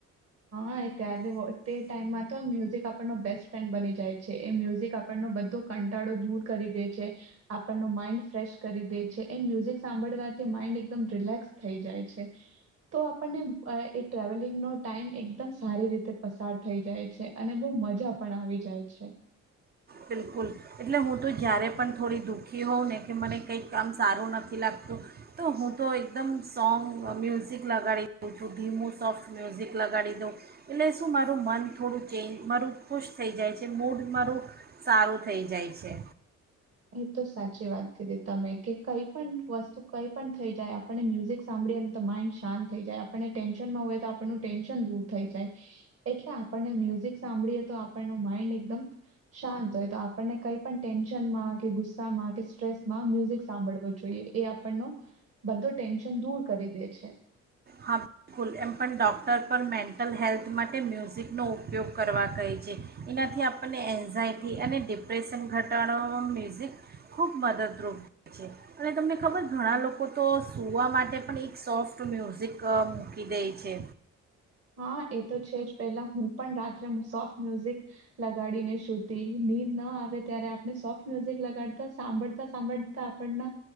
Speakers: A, on the right (about 50°); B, on the right (about 30°).
A: હા, ત્યારે તે ટાઈમમાં તો મ્યુઝિક આપણનો બેસ્ટ ફ્રેન્ડ બની જાય છે એ મ્યુઝિક આપ આપણ બધો કંટાળો દૂર કરી દે છે. આપણનો માઈન્ડ ફ્રેશ કરી દે છે, એ મ્યુઝિક સાંભળવાથી માઇન્ડ એકદમ રિલેક્સ થઈ જાય છે, તો આપણને એ ટ્રાવલિંગનો ટાઈમ એકદમ સારી રીતે પસાર થઈ જાય છે, અને બહ મજા પણ આવી જાય છે.
B: બિલકુલ એટલે હું તો જ્યારે પણ થોડી દુઃખી હોઉં ને કે મને કંઈક કામ સારું નથી લાગતું તો હું તો એકદમ સોંગ મ્યુઝિક લગાડી દઉં છું. ધીમું સોફ્ટ મ્યુઝિક લગાડી દઉં એટલે શું મારું મન થોડું, ચેન્જ મારું ખુશ થઈ જાય છે, મૂડ મારું સારું થઈ જાય છે.
A: એ તો સાચી વાત કીધી તમે કે કઈ પણ વસ્તુ કઈ પણ થઈ જાય આપણને મ્યુઝિક સાંભળીએને તો માઇન્ડ શાંત થઈ જાય. આપણને ટેન્શનમાં હોય તો આપણનું ટેન્શન દૂર થઈ જાય, એટલે આપણને મ્યુઝિક સાંભળીએ તો આપણનો માઇન્ડ એકદમ શાંત હોય, તો આપણને કઈ પણ ટેન્શનમાં કે ગુસ્સામાં કે સ્ટ્રેસમાં મ્યુઝિક સાંભળવો જોઈએ એ આપણનો બધો ટેન્શન દૂર કરી દે છે.
B: હા, બિલકુલ એમ પણ ડૉક્ટર પર મેન્ટલ હેલ્થ માટે મ્યુઝિકનો ઉપયોગ કરવા કહે છે, એનાથી આપણને એન્ઝાયટી અને ડિપ્રેશન ઘટાડવામાં મ્યુઝિક ખૂબ મદદરૂપ થાય છે, અને તમને ખબર ઘણા
A: હ
B: લોકો તો સુૂવા માટે પણ એક સોફ્ટ મ્યુઝિક ક મૂકી દે છે.
A: હા એ તો છે જ પેલા હું પણ રાત્રે સોફ્ટ મ્યુઝિક લગાડીને શુંતી નીંદ ના આવે ત્યારે આપણે સોફ્ટ મ્યુઝિક લગાડતા સાંભળતા સાંભળતા આપણના